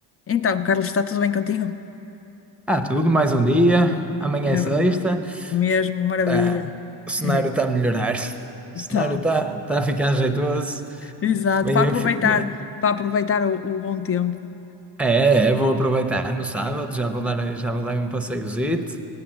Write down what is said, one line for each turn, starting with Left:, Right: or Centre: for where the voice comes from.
Left: Então, Carlos, está tudo bem contigo?
Centre: Ah, tudo, mais um dia. Amanhã
Left: É
Centre: é sexta.
Left: verdade. Mesmo, maravilha.
Centre: Ah, o cenário
Left: <laughs>
Centre: está a melhorar. O cenário
Left: Tá.
Centre: está tá tá a ficar jeitoso.
Left: Exato.
Centre: Bem,
Left: Para aproveitar,
Centre: eu fi- bem,
Left: para aproveitar o, o bom tempo.
Centre: é, é, é, vou aproveitar no sábado, já vou dar, já vou dar um passeiozito.